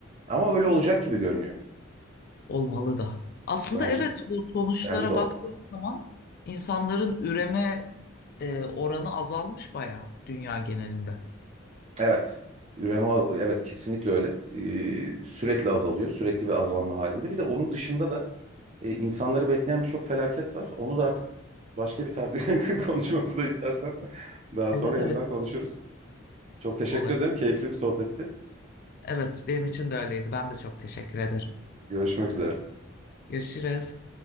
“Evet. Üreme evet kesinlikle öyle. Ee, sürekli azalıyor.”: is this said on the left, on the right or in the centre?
Right